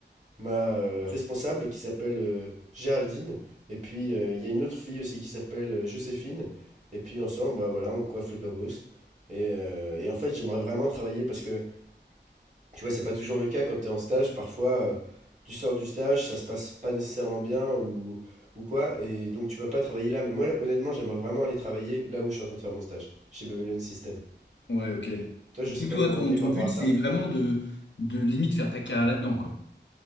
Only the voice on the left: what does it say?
Ouais, ok.
Du
coup, toi,
ton,
ton
but,
c'est
vraiment de, de limite faire ta carrière là-dedans, quoi.